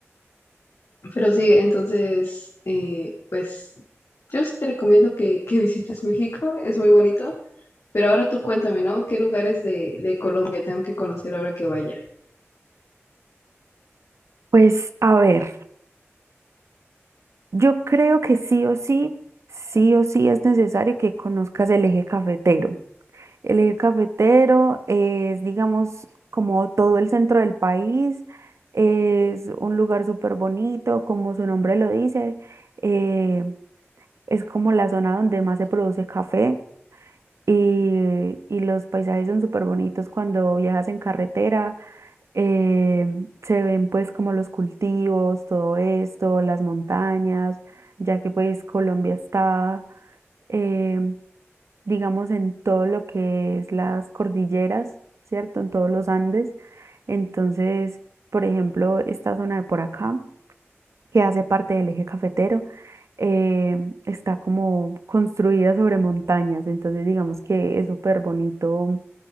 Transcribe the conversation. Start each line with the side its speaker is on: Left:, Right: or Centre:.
Left: Pero sí, entonces, eh, pues yo sí te recomiendo que, que visites México, es muy bonito. Pero ahora tú cuéntame, ¿no? ¿Qué lugares de, de Colombia tengo que conocer ahora que vaya?
Right: Pues a ver, yo creo que sí o sí, sí o sí es necesario que conozcas el eje cafetero. El eje cafetero es, digamos, como todo el centro del país. Es un lugar súper bonito, como su nombre lo dice. eh, es como la zona donde más se produce café y, y los paisajes son súper bonitos cuando viajas en carretera. eh, se ven pues como los cultivos, todo esto, las montañas, ya que pues Colombia está em, digamos, en todo lo que es las cordilleras, ¿cierto? En todos los Andes. Entonces, por ejemplo, esta zona de por acá, que hace parte del eje cafetero, eh, está como construida sobre montañas. Entonces, digamos que es súper bonito